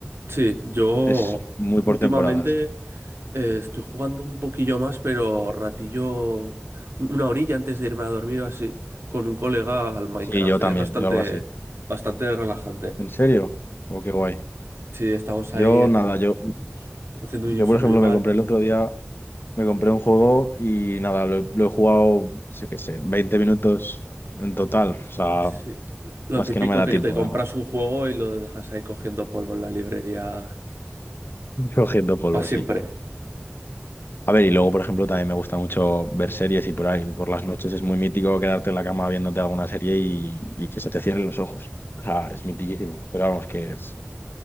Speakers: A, on the right; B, on the left.
A: sí, yo
B: Es muy por
A: últimamente
B: temporadas.
A: eh, estoy jugando un poquillo más, pero ratillo, un- una horilla antes de irme a dormir o así, con un colega al Minecraft.
B: Sí, yo también,
A: y es bastante,
B: yo algo así.
A: bastante relajante.
B: ¿En serio? Oh, qué guay.
A: Sí, estamos ahí
B: Yo
A: haciendo,
B: nada, yo,
A: haciendo
B: yo
A: un survival.
B: por ejemplo me compré el otro día, me compré un juego y nada, lo, he lo he jugado, sé qué sé, 20 minutos en total. O sea,
A: Sí. Lo
B: es
A: típico
B: que no me da
A: que
B: tiempo,
A: te compras
B: nada.
A: un juego y lo dejas ahí cogiendo polvo en la librería
B: <laughs> Cogiendo polvo,
A: para siempre.
B: sí. A ver, y luego, por ejemplo, también me gusta mucho ver series y por ahí, por las noches es muy mítico quedarte en la cama viéndote alguna serie y, y que se te cierren los ojos. O sea, es mitiquísimo. Pero vamos, que es,